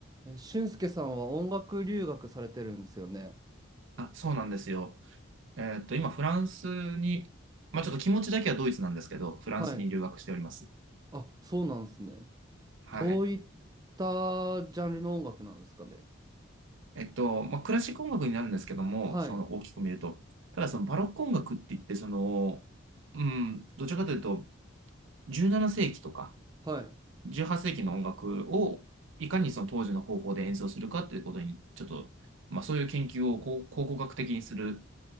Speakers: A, on the right (about 20°); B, on the right (about 70°).
A: え、俊介さんは音楽留学されてるんですよね。
B: あ、そうなんですよ。えーっと、今、フランスに、まあ、ちょっと気持ちだけはドイツなんですけど、フランスに留学しております。
A: はい。あ、そうなんですね。
B: はい。
A: どういったジャンルの音楽なんですかね。
B: えっと、まあ、クラシック音楽になるんですけども、
A: はい。
B: その大きく見ると。ただ、そのバロック音楽って言って、その、うん、どちらかというと、17世紀とか
A: はい。
B: 18世紀の音楽を、いかにその当時の方法で演奏するかということに、ちょっと、まあ、そういう研究を考考古学的にする